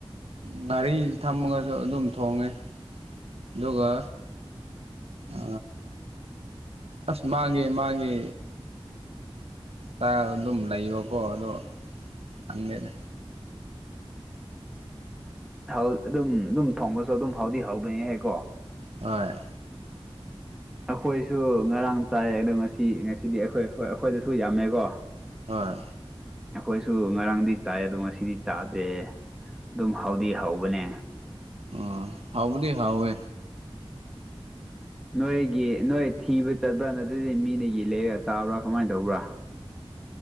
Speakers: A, on the right (about 80°); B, in the centre.
A: ꯉꯥꯔꯤ ꯊꯝꯃꯒꯖꯨ ꯑꯗꯨꯝ ꯊꯣꯡꯉꯦ ꯑꯗꯨꯒ ꯑ ꯑꯁ ꯃꯥꯒꯤ ꯃꯥꯒꯤ ꯇꯥꯏꯜ ꯑꯗꯨꯝ ꯂꯩꯕꯀꯣ ꯑꯗꯣ ꯈꯪꯗꯦꯗ
B: ꯊ꯭ꯋꯥꯜ ꯑꯗꯨꯝ ꯑꯗꯨꯝ ꯊꯣꯡꯕꯁꯨ ꯑꯗꯨꯝ ꯍꯥꯎꯗꯤ ꯍꯧꯕꯅꯤꯍꯦ ꯀꯣ
A: ꯍꯣꯏ
B: ꯑꯈꯣꯏꯁꯨ ꯉꯔꯥꯡ ꯆꯥꯏ ꯑꯗꯣ ꯉꯁꯤ ꯉꯁꯤꯗꯤ ꯑꯈꯣꯏ ꯑꯈꯣꯏ ꯑꯈꯣꯏꯗꯁꯨ ꯌꯥꯝꯃꯦꯀꯣ
A: ꯍꯣꯏ
B: ꯑꯩꯈꯣꯏꯁꯨ ꯉꯔꯥꯡꯗꯤ ꯆꯥꯏ ꯑꯗꯣ ꯉꯁꯤꯗꯤ ꯆꯥꯗꯦ ꯑꯗꯨꯝ ꯍꯥꯎꯗꯤ ꯍꯥꯎꯕꯅꯦ
A: ꯑꯥ ꯍꯥꯎꯕꯗꯤ ꯍꯥꯎꯋꯦ
B: ꯅꯣꯏꯒꯤ ꯅꯣꯏ ꯊꯤꯕ ꯆꯠꯄ꯭ꯔꯥ ꯅꯠꯇ꯭ꯔꯗꯤ ꯃꯤꯅ ꯌꯦꯂꯩꯌꯦꯒ ꯆꯥꯕ꯭ꯔꯥ ꯀꯃꯥꯏ ꯇꯧꯕ꯭ꯔꯥ